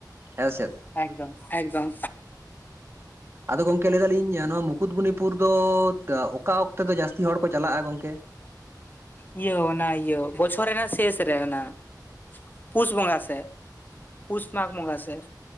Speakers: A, on the right; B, on the left.
A: ᱦᱮᱸᱥᱮᱫ
B: ᱮᱠᱫᱚᱢ ᱮᱠᱫᱚᱢ
A: ᱟᱫᱚ ᱜᱚᱝᱠᱮ ᱞᱟᱹᱭ ᱮᱫᱟᱞᱤᱧ ᱱᱚᱣᱟ ᱢᱩᱠᱩᱴᱢᱩᱱᱤᱯᱩᱨ ᱫᱚ ᱚᱠᱟ ᱚᱠᱛᱮ ᱫᱚ ᱡᱟᱹᱥᱛᱤ ᱦᱚᱲ ᱠᱚ ᱪᱟᱞᱟᱜᱼᱟ ᱜᱚᱝᱠᱮ?
B: ᱤᱭᱟᱹ ᱚᱱᱟ ᱤᱭᱟᱹ ᱵᱚᱪᱷᱚᱨ ᱨᱮᱱᱟᱜ ᱥᱮᱥ ᱨᱮ ᱚᱱᱟ ᱯᱩᱥ ᱵᱚᱸᱜᱟ ᱥᱮᱫ ᱯᱩᱥ ᱢᱟᱜᱽ ᱵᱚᱸᱜᱟ ᱥᱮᱫ